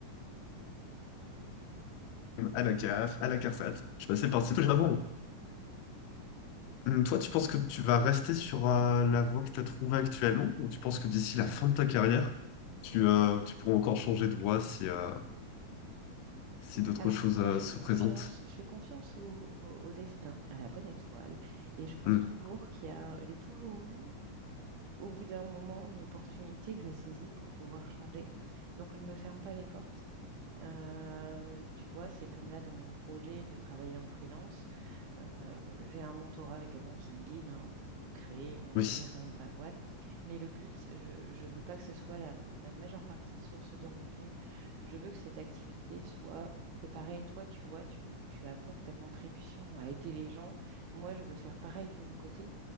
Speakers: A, on the left; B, on the right.
A: à la CAF, à la CARSAT. Je suis passé par ces choses avant. Hum, Toi, tu penses que tu vas rester sur euh, la voie que tu as trouvée actuellement ou tu penses que d'ici la fin de ta carrière, tu, euh, tu pourras encore changer de voie si, euh, si d'autres
B: Alors,
A: choses
B: moi,
A: euh,
B: je fais
A: se
B: confiance,
A: présentent?
B: je fais confiance au, au- au destin, à la bonne étoile, et je pense
A: Hum,
B: toujours qu'il y a, j'ai toujours eu, au bout d'un moment, une opportunité que j'ai saisie pour pouvoir changer. Donc, je ne me ferme pas les portes. Euh, tu vois, c'est comme là dans mon projet de travailler en freelance. Euh, j'ai un mentorat avec quelqu'un qui me guide hein, pour créer, on va
A: Oui.
B: dire, euh, ma boîte. Mais le but, je ne veux pas que ce soit la, ma majeure partie de source de revenus. Je veux que cette activité soit c'est pareil, Toi, tu vois, tu, tu apportes ta contribution à aider les gens. Moi, je veux faire pareil de mon côté.